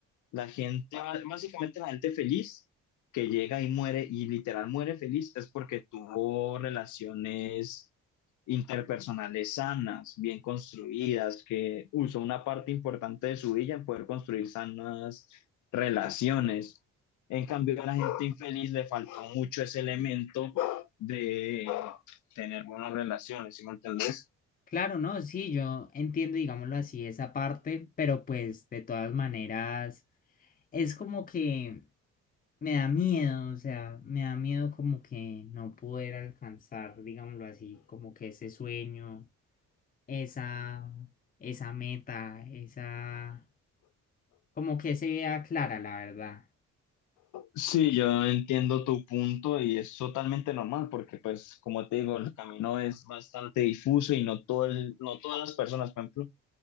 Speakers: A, on the left; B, on the left.
A: la gente, básicamente la gente feliz que llega y muere y literal muere feliz es porque tuvo relaciones interpersonales sanas, bien construidas, que usó una parte importante de su vida en poder construir sanas relaciones. En cambio, a la gente infeliz le faltó mucho ese elemento de tener buenas relaciones, ¿sí me entendés?
B: Claro, no, sí, yo entiendo, digámoslo así, esa parte, pero pues de todas maneras es como que Me da miedo, o sea, me da miedo como que no poder alcanzar, digámoslo así, como que ese sueño, esa, esa meta, esa, como que se vea clara, la verdad.
A: Sí, yo entiendo tu punto y es totalmente normal porque, pues, como te digo, el camino es bastante difuso y no todo el- no todas las personas, por ejemplo,